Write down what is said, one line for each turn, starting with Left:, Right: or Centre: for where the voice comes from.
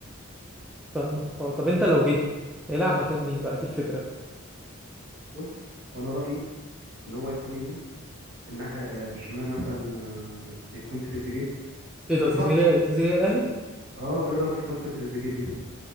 Centre: فاهمك اه طب انت لو جه هيلعب مكان مين بقى دي الفكرة
Right: بص وأنا رأيي إن هو يكون يمين الناحية آه، الشمال مثلا آه، يكون تريزيجيه
Centre: ايه ده
Right: وصح
Centre: تريزيجيه تريزيجيه الاهلي
Right: اه ايه رأيك في صفقة تريزيجيه دي